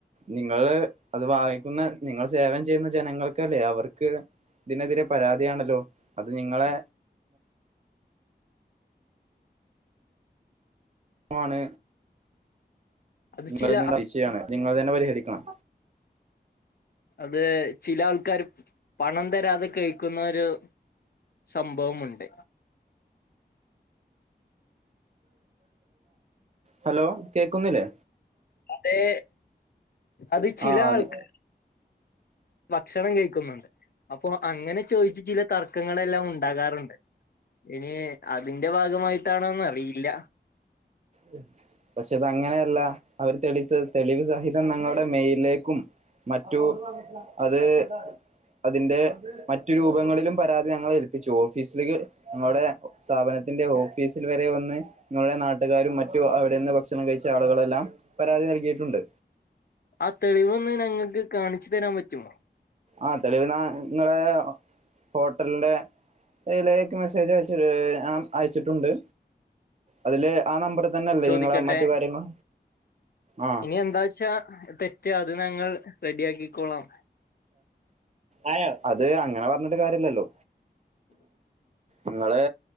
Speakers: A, on the right; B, on the left.
A: നിങ്ങള് അത് വാങ്ങിക്കുന്ന നിങ്ങൾ സേവനം ചെയ്യുന്ന ജനങ്ങൾക്കല്ലേ അവർക്ക് ഇതിനെതിരെ പരാതിയാണല്ലോ അത് നിങ്ങളെ മാണ്
B: അത്
A: നിങ്ങളിൽ
B: ചില
A: നിന്ന് പൈസയാണ് നിങ്ങൾ തന്നെ പരിഹരിക്കണം
B: അതേ ചില ആൾക്കാര് പണം തരാതെ കഴിക്കുന്ന ഒരു സംഭവം ഉണ്ട്
A: ഹലോ കേക്കുന്നില്ലേ
B: അതേ അത് ചില
A: ആഹ് ആണ്
B: ആൾക്കാർ ഭക്ഷണം കഴിക്കുന്നുണ്ട് അപ്പൊ അങ്ങനെ ചോദിച്ച് ചില തർക്കങ്ങളെല്ലാം ഉണ്ടാകാറുണ്ട് ഇനി അതിന്റെ ഭാഗമായിട്ടാണോന്ന് അറിയില്ല
A: ഉം പക്ഷെ അത് അങ്ങനെയല്ല അവര് തെളിയിച്ചത് തെളിവ് സഹിതം ഞങ്ങളുടെ മെയിലിലേക്കും മറ്റു അത് അതിന്റെ മറ്റു രൂപങ്ങളിലും പരാതി ഞങ്ങള് ഏൽപ്പിച്ചു ഓഫീസിലേക്ക്‌ ഞങ്ങളുടെ സ്ഥാപനത്തിന്റെ ഓഫീസിൽ വരെ വന്ന് നിങ്ങൾടെ നാട്ടുകാരും മറ്റു അവിടെന്ന് ഭക്ഷണം കഴിച്ച ആളുകളെല്ലാം പരാതി നൽകിയിട്ടുണ്ട്.
B: ആഹ് തെളിവൊന്ന് ഞങ്ങക്ക് കാണിച്ചു തരാൻ പറ്റുമോ?
A: ആഹ് തെളിവ്ന്നാ ഇങ്ങളെ ഹോട്ടലിന്റെ യിലേക്ക് മെസ്സേജ് അയച്ച് അം അയച്ചിട്ടുണ്ട്. അതില് ആ നമ്പറി തന്നെ അല്ലേ
B: ചോദിക്കട്ടെ
A: നിങ്ങളെ മറ്റു കാര്യങ്ങൾ? ആഹ്
B: ഇനി എന്താച്ചാ തെറ്റ് അത് ഞങ്ങൾ റെഡിയാക്കിക്കോളാം.
A: ആഹ് അത് അങ്ങനെ പറഞ്ഞിട്ട് കാര്യല്ലല്ലോ. ഇങ്ങള്